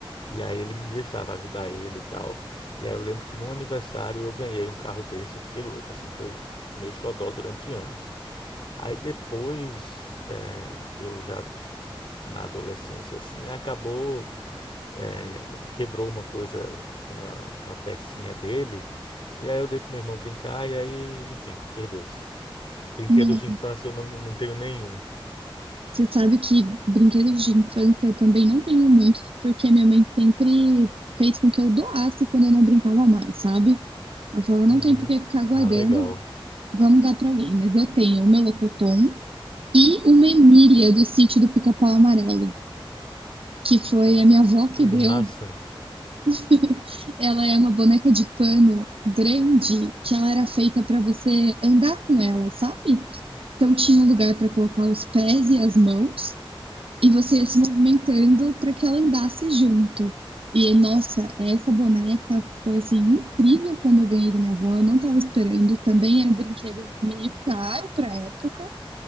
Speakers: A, on the left; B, on the right.
A: e aí ele me deixava ajudar ele e tal. E aí eu lembro que num aniversário eu ganhei um carro desse, eu fiquei louco, assim, foi meu xodó durante anos. Aí depois, é, eu já na adolescência, assim, acabou, é, quebrou uma coisa, uma, uma pecinha dele, e aí eu dei pro meu irmão brincar, e aí, enfim, perdeu-se. Brinquedos
B: Nossa.
A: de infância eu não, não tenho nenhum.
B: Você sabe que brinquedos de infância eu também não tenho muitos, porque minha mãe sempre fez com que eu doasse quando eu não brincava mais, sabe? Ela falava,
A: Uhum.
B: não tem por que ficar guardando,
A: Ah, legal.
B: vamos dar para alguém. Mas eu tenho o meu locotom e uma Emília do sítio do Pica-Pau Amarelo, que foi
A: Que
B: a minha avó
A: que
B: que deu.
A: massa,
B: <laughs> Ela é uma boneca de pano grande que ela era feita para você andar com ela, sabe? Então tinha um lugar para colocar os pés e as mãos. e você ia se movimentando para que ela andasse junto. E nossa, essa boneca foi assim incrível quando eu ganhei da minha avó, eu não estava esperando, também era um brinquedo meio caro para a época.